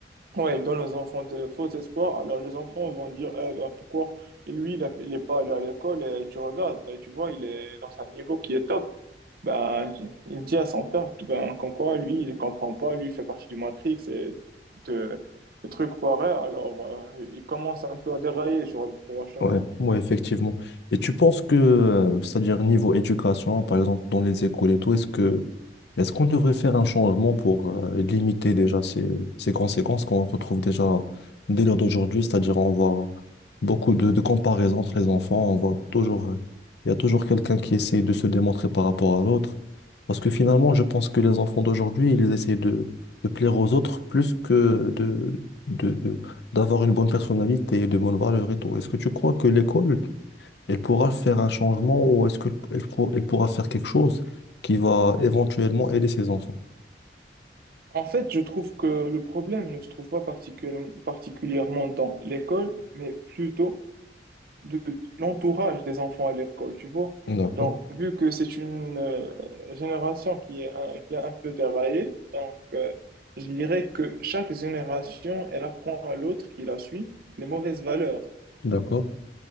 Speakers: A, on the right; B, on the left.
A: ouais, ils donnent aux enfants de faux espoirs. Alors, les enfants vont dire, Eh, ben, pourquoi lui, il n'est pas allé à l'école et tu regardes, et tu vois, il est dans un niveau qui est top. Ben, il dit à son père, ben, qu'en quoi, lui, il comprend pas, lui, il fait partie du Matrix et de, de trucs pareils, alors euh, il commence un peu à dérailler sur le droit chemin.
B: Ouais, ouais, effectivement. Et tu penses que, euh, c'est-à-dire niveau éducation, par exemple dans les écoles et tout, est-ce que Est-ce qu'on devrait faire un changement pour euh, limiter déjà ces, ces conséquences qu'on retrouve déjà dès l'heure d'aujourd'hui? C'est-à-dire, on voit beaucoup de, de comparaisons entre les enfants. On voit toujours, euh, il y a toujours quelqu'un qui essaye de se démontrer par rapport à l'autre. Parce que finalement, je pense que les enfants d'aujourd'hui, ils essayent de, de plaire aux autres plus que de, de, de- d'avoir une bonne personnalité et de bonnes valeurs et tout. Est-ce que tu crois que l'école elle pourra faire un changement ou est-ce qu'elle elle pour- elle pourra faire quelque chose qui va éventuellement aider ses enfants?
A: En fait, je trouve que le problème ne se trouve pas particulièrement particulièrement dans l'école, mais plutôt de l'entourage des enfants à l'école, tu vois.
B: D'accord,
A: Donc, vu que c'est une euh, génération qui est un, qui est un peu déraillée, donc euh, je dirais que chaque génération, elle apprend à l'autre qui la suit les mauvaises valeurs.
B: d'accord.